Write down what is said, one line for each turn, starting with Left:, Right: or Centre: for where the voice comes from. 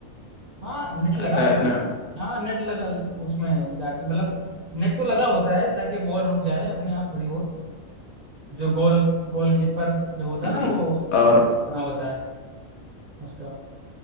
Right: हाँ नेट लगा
Left: है ऐसा
Right: देते
Left: है ना
Right: हाँ नेट लगा उसमें जाके मतलब नेट तो लगा होता है ताकि बॉल रुक जाए अपने आप थोड़ी बहुत जो गोल गोलकीपर जो होता
Left: हम्म
Right: है ना वो
Left: और
Right: बना होता है उसका